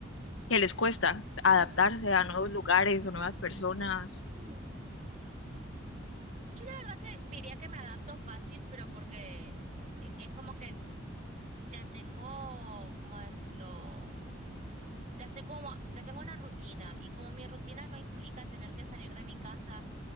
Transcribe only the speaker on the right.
ujú,
ujú. Yo la verdad que diría que me adapto fácil, pero porque e- es como que ya tengo, ¿cómo decirlo? Ya estoy como, ya tengo una rutina y como mi rutina no implica tener que salir de mi casa,